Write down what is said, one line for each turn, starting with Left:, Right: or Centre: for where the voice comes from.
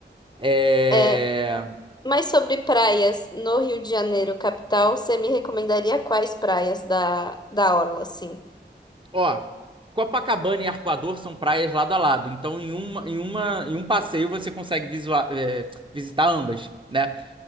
Right: É...
Left: É, mas sobre praias no Rio de Janeiro, capital, você me recomendaria quais praias da, da orla, assim?
Right: Ó, Copacabana e Arpoador são praias lado a lado. Então, em uma, em uma, em um passeio você consegue visua- é, visitar ambas, né?